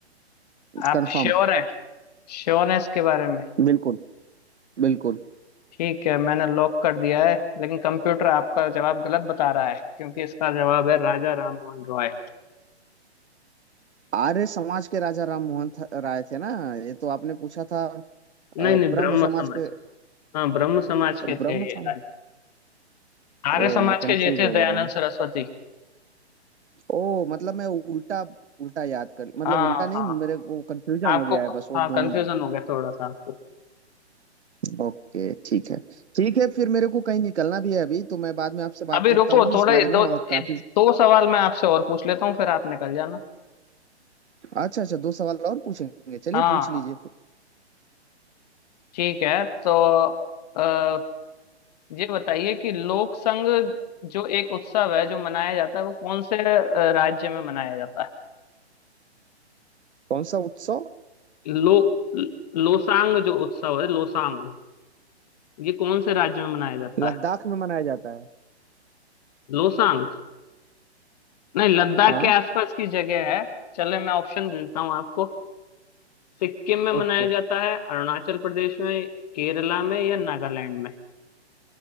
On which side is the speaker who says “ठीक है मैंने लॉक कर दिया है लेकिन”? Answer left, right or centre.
Left